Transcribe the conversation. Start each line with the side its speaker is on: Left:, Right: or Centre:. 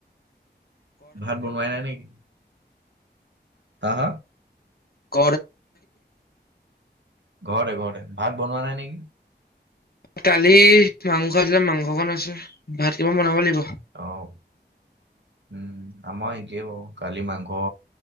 Right: ভাত বনোৱাই নাই নেকি তহ
Left: ক
Right: ঘৰতে ঘৰতে ভাত বনোৱা নাই নেকি
Left: দালি মাংস আছিলে, মাংস কন আছে, ভাত কিমান বনাব লাগিব।
Right: অ' উম আমাৰ একেই বাৰু কালি মাংস,